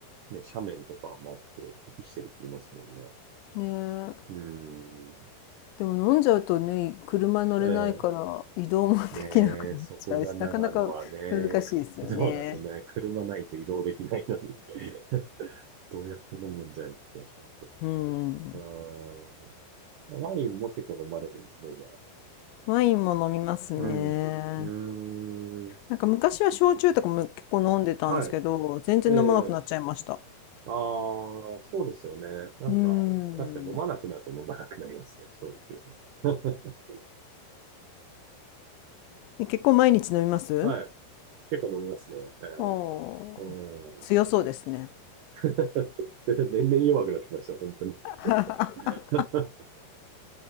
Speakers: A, on the right (about 80°); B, on the left (about 85°).
A: ね、斜面とかもあって適してるって言いますもんね。
B: ねえ。
A: うーん。
B: でも飲んじゃうとね、車乗れないから移動もできなくなっちゃうし、
A: ええねえ、そこが長野はね、
B: なかなか難しいですよね。
A: <laughs> そうなんですよね。車ないと移動できないのに <laughs> どうやって飲むんじゃいって気がしますけ
B: うん。
A: ど。うーん。ワインも結構飲まれるんですね、じゃあ。
B: ワインも飲みますね。
A: うん。うーん。
B: なんか昔は焼酎とかも結構飲んでたんですけど、
A: は
B: 全然飲まなくなっちゃいました。
A: い。ええああ、そうですよね。なんか、
B: うん。
A: 確かに飲まなくなると飲まなくなりますね、焼酎。<laughs>
B: え <laughs> 結構毎日飲みます
A: はい。結構飲みますね。ええうん。
B: おー、強そうですね。
A: <laughs> でで年々弱くなってきました、本当に。
B: <laughs>
A: <laughs>